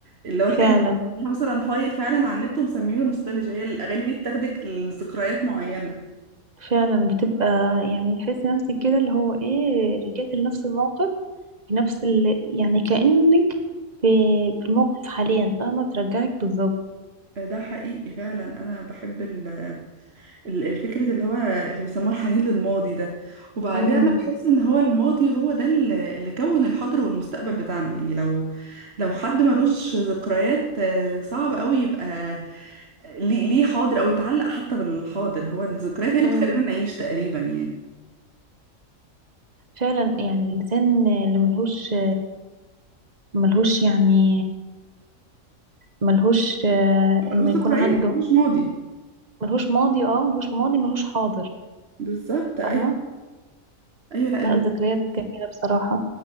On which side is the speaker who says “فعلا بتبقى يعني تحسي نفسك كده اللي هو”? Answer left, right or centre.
Right